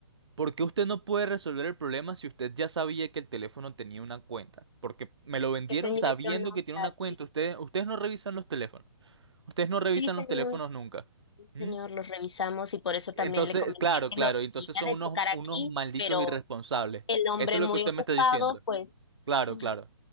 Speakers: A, on the right (about 80°); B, on the left (about 80°).
A: ¿por qué usted no puede resolver el problema si usted ya sabía que el teléfono tenía una cuenta? Porque me lo vendieron
B: Que señor,
A: sabiendo
B: yo no
A: que tiene
B: sabía.
A: una cuenta. Ustedes, ustedes no revisan los teléfonos, ustedes no revisan
B: Sí, señor.
A: los teléfonos nunca.
B: Señor,
A: ¿Mm?
B: los revisamos y por eso
A: Entonces,
B: también le comenté
A: claro,
B: que
A: claro,
B: lo
A: entonces
B: tenía
A: son
B: de
A: unos,
B: checar
A: unos
B: aquí,
A: malditos
B: pero
A: irresponsables.
B: el hombre
A: Eso es lo
B: muy
A: que usted
B: ocupado,
A: me está diciendo.
B: pues
A: Claro,
B: <laughs>
A: claro.